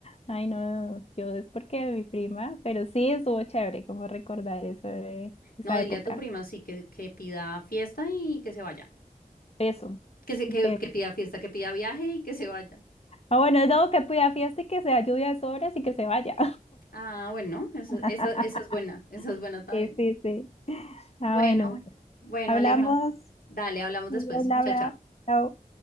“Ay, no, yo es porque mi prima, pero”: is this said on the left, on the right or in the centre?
Left